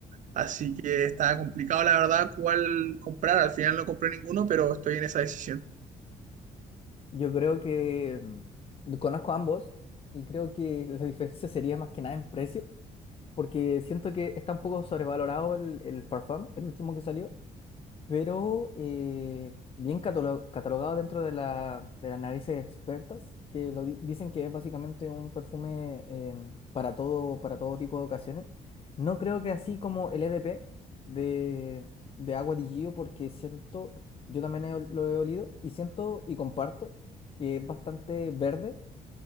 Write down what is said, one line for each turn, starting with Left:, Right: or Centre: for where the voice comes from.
Right: Así que estaba complicado, la verdad, cuál comprar. Al final no compré ninguno, pero estoy en esa decisión.
Left: Yo creo que mm, conozco ambos y creo que la <laughs> diferencia sería más que nada en precio, porque siento que está un poco sobrevalorado el, el Parfum, el último que salió. pero eh, bien catalo- catalogado dentro de la, de las narices expertas, que lo di- dicen que es básicamente un perfume em, para todo, para todo tipo de ocasiones. No creo que así como el EDP de, de Agua di Gio, porque siento, yo también he ol- lo he olido y siento y comparto que es bastante verde.